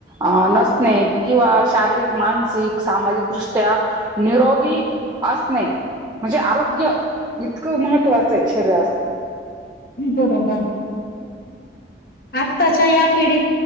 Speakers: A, on the right; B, on the left.
A: अ नसणे किंवा शारीरिक, मानसिक, सामाजिक दृष्टी त्या निरोगी असणे. म्हणजे आरोग्य इतकं महत्त्वाचं आहे शरीरासाठी..
B: बरोबर.. आत्ताच. च्या या पिढीत